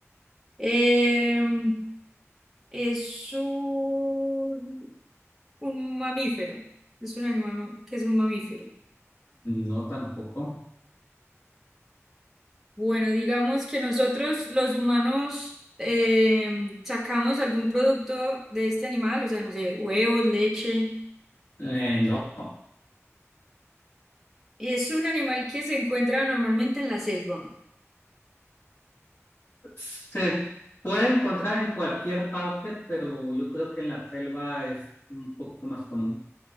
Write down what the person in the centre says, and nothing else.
Em, es un, un mamífero, es un animal ma- que es un mamífero.
Bueno, digamos que nosotros los humanos em, sacamos algún producto de este animal, o sea, no sé, huevos, leche.
Es un animal que se encuentra normalmente en la selva.